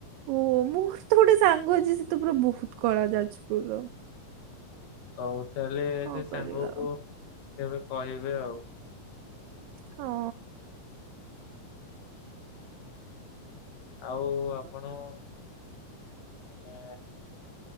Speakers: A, on the right; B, on the left.
A: ଓ ମୋର ତ ଗୋଟେ ସାଙ୍ଗ ଅଛି ସେତ ପୁରା ବହୁତ କଳା ଯାଜପୁରର।
B: ହଉ। ତାହେଲେ
A: କଣ
B: ସେ ସାଙ୍ଗକୁ
A: କରିବା
B: କେବେ କହିବେ ଆଉ।
A: ହଁ।
B: ଆଉ ଆପଣ
A: ହଁ
B: ମାନେ